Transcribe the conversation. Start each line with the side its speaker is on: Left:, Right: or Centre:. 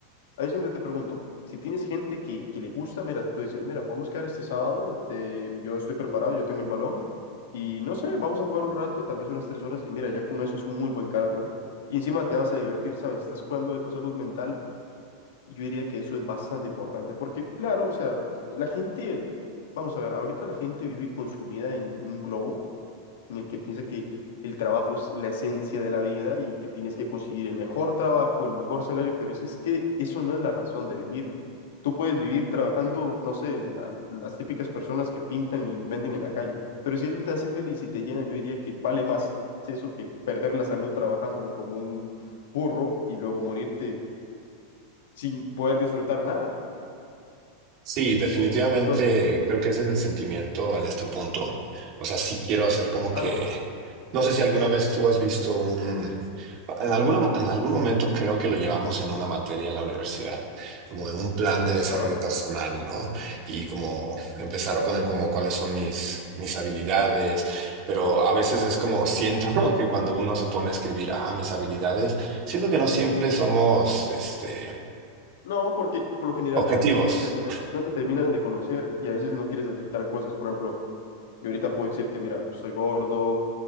Left: Ahí es donde te pregunto, si tienes gente que, que le gusta, mira, tú dices, mira, podemos quedar este sábado, te- yo estoy preparado, yo tengo el balón y no sé, vamos a jugar un rato, tal vez unas tres horas y mira, ya con eso es un muy buen cardio y encima te vas a divertir, ¿sabes? Estás cuidando de tu salud mental y yo diría que eso es bastante importante porque, claro, o sea, la gente, vamos a ver, ahorita la gente vive consumida en un globo en el que piensa que el trabajo es la esencia de la vida y que tienes que conseguir el mejor trabajo, el mejor salario, pero es, es que eso no es la razón de vivir. Tú puedes vivir trabajando, no sé, de la- las típicas personas que pintan y venden en la calle, pero si eso te hace feliz y te llena, yo diría que vale más eso que perder la salud trabajando como un burro y luego morirte sin poder disfrutar nada.
Right: Sí, definitivamente
Left: Entonces,
Right: creo que ese es el sentimiento en este punto. O sea, sí quiero hacer como
Left: claro,
Right: que, no sé si alguna vez tú has visto un, en alguna, en algún momento creo que lo llevamos en una materia en la universidad, como de un plan de
Left: ajá.
Right: desarrollo personal, ¿no? Y como empezar a poner como cuáles son mis, mis habilidades, pero a veces es como siento <laughs> que cuando uno se pone a escribir, ah, mis habilidades, siento que no siempre somos, este,
Left: No, porque por lo general
Right: objetivos.
Left: a veces no te termina, no te terminas de conocer y a veces no quieres aceptar cosas. Por ejemplo, yo ahorita puedo decir que, mira, soy gordo,